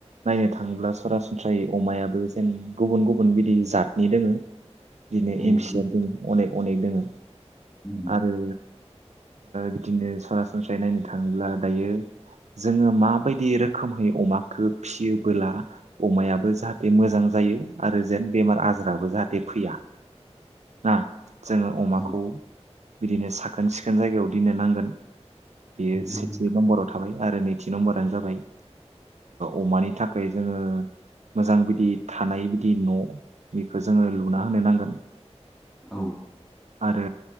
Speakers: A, on the right (about 80°); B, in the centre.
A: नायनो थाङोब्ला सरासनस्रायै अमायाबो जेन गुबुन गुबुन बिदि जादनि दोङो बिदिनो
B: औ
A: एम
B: दोन
A: सिआ दङो अनेक अनेक दोङो
B: उम
A: आरो बिदिनो सरासनस्रायै नायनो थाङोब्ला दायो जोङो माबायदि रोखोमै अमाखौ फिसियोबोला अमायाबो जाहाथे मोजां जायो आरो जेन बेमार आजाराबो जाहाथे फैया ना जोङो अमाखौ
B: औ
A: बिदिनो साखोन सिखोन जायगायाव दोननो नांगोन बेयो
B: दोननांगोन
A: सेथि नम्बराव थाबाय आरो नैथि नम्बरानो जाबाय अमानि थाखाय जोङो मोजां बिदि थानाय बिदि न' बेखौ जोङो लुना होनो नांगोन
B: औ
A: आरो